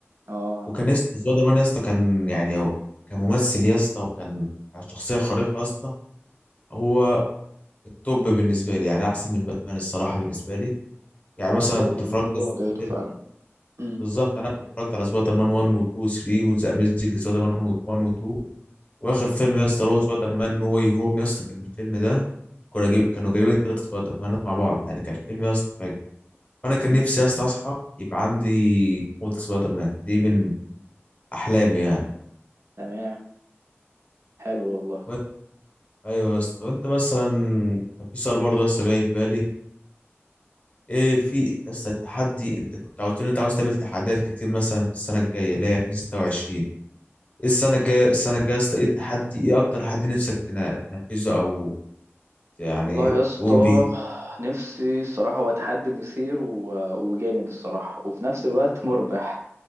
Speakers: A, on the right; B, on the left.
A: اه
B: وكان نفسي سبايدر مان يا اسطى كان يعني هو كممثل يا اسطى وكان شخصيه خارقه يا اسطى هو التوب بالنسبه لي يعني احسن من باتمان الصراحه بالنسبه لي يعني
A: لا
B: مثلا
A: سبايدر
B: كنت اتفرجت
A: مان له وضعيته
B: على-
A: فعلا امم
B: بالظبط انا كنت اتفرجت على سبايدر مان 1 و 2 و 3 وذا اميزنج سبايدر مان 1 و 2 واخر فيلم يا اسطى اللي هو سبايدر مان نو واي هوم يا اسطى كان الفيلم ده كانوا جايب كانوا جايبين ثلاث سبايدر مانات مع بعض يعني كان الفيلم يا اسطى فاجر فانا كان
A: تمام
B: نفسي يا اسطى اصحى يبقى عندي قوه سبايدر مان دي من احلامي يعني
A: تمام حلو والله
B: وأنت- ايوه يا اسطى طب انت مثلا كان في سؤال برضه يا اسطى جاي في بالي ايه في لسه التحدي انت كنت قلت لي انت عاوز تعمل تحديات كتير مثلا في السنه الجايه اللي هي 2026 ايه السنه الجايه السنه الجايه يا اسطى ايه التحدي ايه اكتر تحدي نفسك تنا- تنفذه او يعني
A: والله يا اسطى
B: تقوم بيه
A: نفسي الصراحة هو تحدي مثير و- وجامد الصراحة وفي نفس الوقت مربح